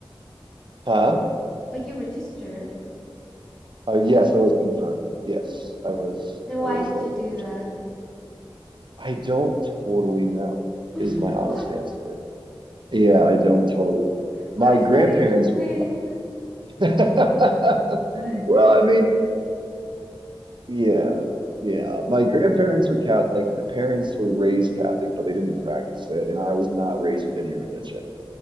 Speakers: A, on the right (about 60°); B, in the centre.
A: huh?
B: But you registered
A: Uh, yes, I was confirmed. Yes, I was.
B: Then
A: I
B: why
A: was
B: did
A: like
B: you do
A: officially.
B: that?
A: I don't totally know.
B: <laughs>
A: Is my honest
B: What
A: answer. Yeah, I don't totally know.
B: what
A: My
B: does
A: grandparents
B: that even
A: were
B: mean?
A: Catholic.
B: What
A: <laughs>
B: does
A: well,
B: that
A: I
B: even
A: mean,
B: mean?
A: Yeah, yeah. My grandparents were Catholic. My parents were raised Catholic, but they didn't practice it, and I was not raised with any religion.